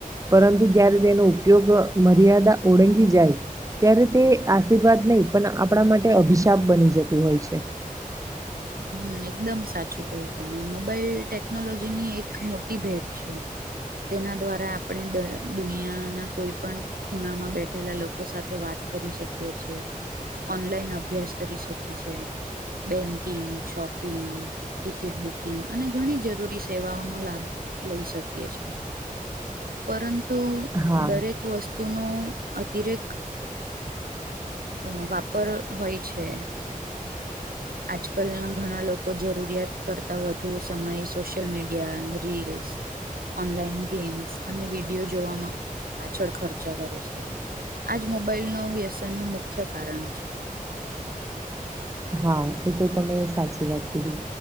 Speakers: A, on the right; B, on the right.
A: પરંતુ જયારે તેનો ઉપયોગ મર્યાદા ઓળંગી જાય ત્યારે તે આશીર્વાદ નહી પણ આપણા માટે અભિશાપ બની જતું હોય છે.
B: હમ એકદમ સાચું કહ્યું તમે મોબાઈલ ટેકનોલોજીની એક મોટી ભેટ છે તેના દ્વારા આપણે દર દુનિયાના કોઈ પણ ખૂણામાં બેઠેલા લોકો સાથે વાત કરી શકીએ છે ઓનલાઈન અભ્યાસ કરી શકી છે બેંકિંગ શોપિંગ. ટિકિટ બુકિંગ અને ઘણી જરૂરી સેવાઓનો લાભ લઈ શકીએ છીએ. પરંતુ
A: હા
B: દરેક વસ્તુનો અતિરેક અ વાપર હોય છે આજકાલના ઘણા લોકો જરૂરિયાત કરતાં વધુ સમય social media reels online games અને વિડીયો જોવામાં પાછળ. ખચા કરે છે. આજ મોબાઈલ નો વ્યસન નું મુખ્ય કારણ છે
A: હા એ તો તમે સાચી વાત કીધી